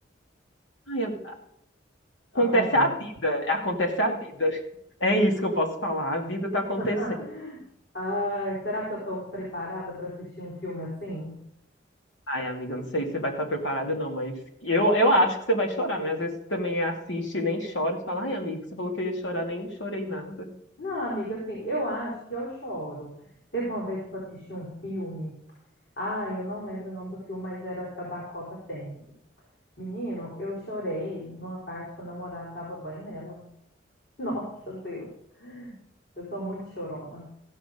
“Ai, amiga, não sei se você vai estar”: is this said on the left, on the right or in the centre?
Left